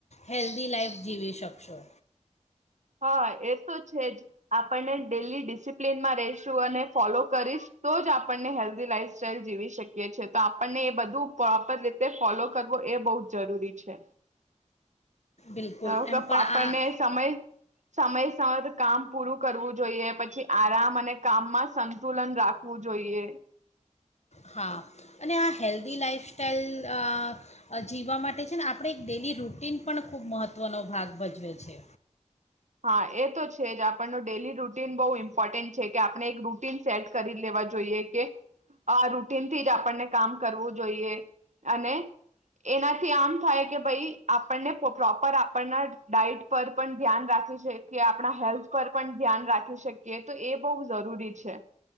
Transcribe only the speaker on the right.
હા એ તો છે જ આપણને ડેલી ડિસિપ્લનમાં રહીશું અને ફોલો કરીશ તો જ આપણને હેલ્ધી લાઈફસ્ટાઈલ જીવી શકીએ છ છે તો આપણને એ બધું પ્રોપર રીતે ફોલો કરવો એ બહુ જ જરૂરી છે <inaudible>
તો
આપણને
સમય સમય સમય કામ પૂરું કરવું જોઈએ પછી આરામ અને કામમાં સંતુલન રાખવું જોઈએ
હા એ તો છે જ આપણનું ડેલી રૂટીન બહુ ઇમ્પોર્ટન્ટ છે કે આપણે એક રૂટન સેટ કરી લેવા જોઈએ કે આ રૂટનથી જ આપણને કામ કરવું જોઈએ અને એનાથી આમ થાય કે ભાઈ આપણને પ્રોપર આપણના ડઇટ પર પણ ધ્યાન રાખે હોય છે કે આપણા હેલ્થ પર પણ ધ્યાન રાખી શકીએ તો એ બહુ જરૂરી છે